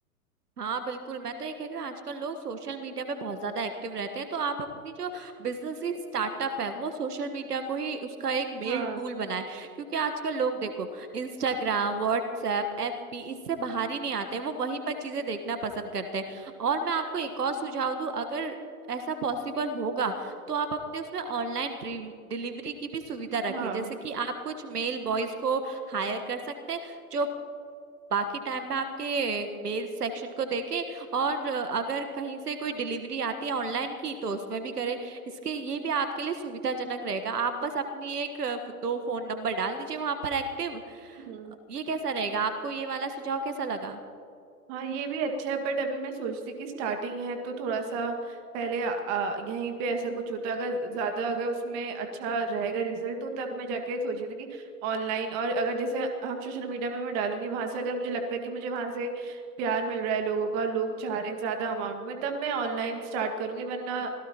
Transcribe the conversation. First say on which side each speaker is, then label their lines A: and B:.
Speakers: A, on the right; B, on the right.
A: हाँ बिल्कुल मैं तो ये कह रही हूँ आजकल लोग सोशल मीडिया पे बहुत ज्यादा एक्टिव रहते हैं तो आप अपनी जो बिजनेस की स्टार्टअप है वो सोशल मीडिया को ही उसका एक मेल
B: हाँ
A: टूल बनाए क्योंकि आजकल लोग देखो इंस्टाग्राम व्हाट्सएप एफबी इससे बाहर ही नहीं आते वो वहीं पर चीजें देखना पसंद करते हैं और मैं आपको एक और सुझाव दूं अगर ऐसा पॉसिबल होगा तो आप अपने उसमें ऑनलाइन डिलीवरी की भी सुविधा रखें
B: हाँ
A: जैसे कि आप कुछ मेल बॉयज को हायर कर सकते हैं जो बाकी टाइम में आपके मेल सेक्शन को देखें और अ, अगर कहीं से कोई डिलीवरी आती है ऑनलाइन की तो उसमें भी करें इसके ये भी आपके लिए सुविधाजनक रहेगा आप बस अपनी एक अ, दो फोन नंबर डाल दीजिए वहां पर एक्टिव
B: हम्म
A: ये कैसा रहेगा आपको ये वाला सुझाव कैसा लगा
B: हाँ ये भी अच्छा है बट अभी मैं सोचती कि स्टार्टिंग है तो थोड़ा सा पहले आ, आ, यहीं पे ऐसा कुछ होता अगर ज्यादा अगर उसमें अच्छा रहेगा रिजल्ट तो तब मैं जाके सोची थी कि ऑनलाइन और अगर जैसे हम सोशल मीडिया में मैं डालूंगी वहां से अगर मुझे लगता है कि मुझे वहां से प्यार मिल रहा है लोगों का लोग चाह रहे हैं ज्यादा अमाउंट में तब मैं ऑनलाइन स्टार्ट करूंगी वरना